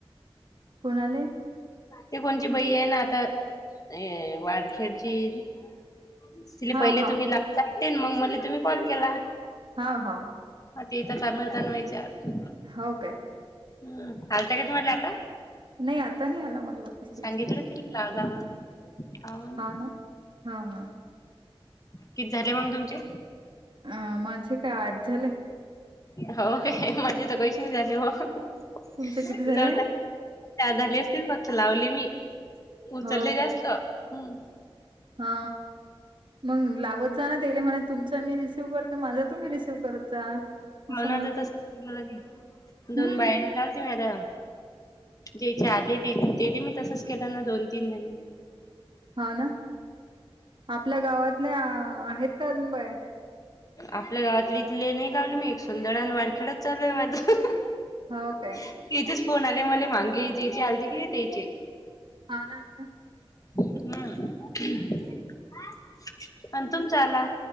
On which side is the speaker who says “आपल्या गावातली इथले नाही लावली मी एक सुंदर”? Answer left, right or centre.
Left